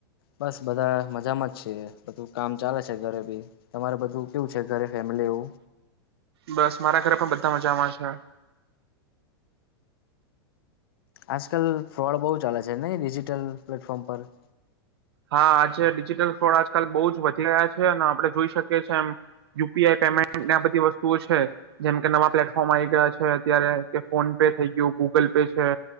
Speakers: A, on the left; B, on the right.
A: બસ બધા મજામાં જ છે બધું કામ ચાલે છે ઘરે બી તમારે બધું કેવું છે? ઘરે ફેમિલીઓ
B: બસ મારા ઘરે પણ મજામાં છે.
A: આજકાલ ફ્રોડ બહુ ચાલે છે નહી ડિજિટલ પ્લેટફોર્મ પર?
B: હા આજે ડિજિટલ ફ્રોડ આજકાલ બહુ જ વધી રહ્યા છે અને આપણે જોઈ શકીએ એમ યુપીઆઈ પેમેન્ટને આ બધી વસ્તુઓ છે જેમ કે નવા પ્લેટફોર્મ આવી ગયા છે અત્યારે કે ફોન પે થઈ ગયું ગૂગલ પે છે